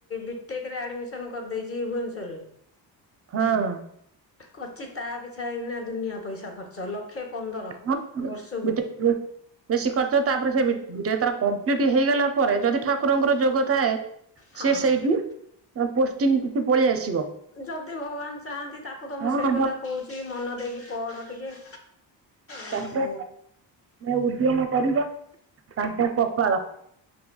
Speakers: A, on the left; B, on the right.
A: ବିଟେକରେ ଆଡ଼ମିସନ କରିଦେଇଛି ଭୁବନେଶ୍ୱରରେ
B: ହଁ
A: ହୁଁ କରିଚି ତା ପିଚ୍ଛା ଏଇନା ଦୁନିଆ ପଇସା ଖର୍ଚ୍ଚ ଲ ଲକ୍ଷେ ପନ୍ଦର
B: ହଁ
A: ବର୍ଷକୁ।
B: ବିଟେକ୍ ବେଶୀ ଖର୍ଚ୍ଚ ତାପରେ ସେ ତାର କମ୍ପ୍ଲିଟ ହେଇଗଲା ପରେ ଯଦି ଠାକୁରଙ୍କର ଯୋଗ ଥାଏ
A: ହଁ
B: ସିଏ ସେଇଠି ପୋଷ୍ଟିଂ କି ପଳେଇ ଆସିବ।
A: ଯଦି ଭଗବାନ ଚାହାନ୍ତି ତାକୁ ତ
B: ହଁ
A: ମୁଁ ସେଇ କଥା କହୁଛି ମନ ଦେଇକି ପଢ ଟିକେ ଆଉ
B: ତାଙ୍କେ ଉଦ୍ୟମ କରିବ ତାଙ୍କ କପାଳ।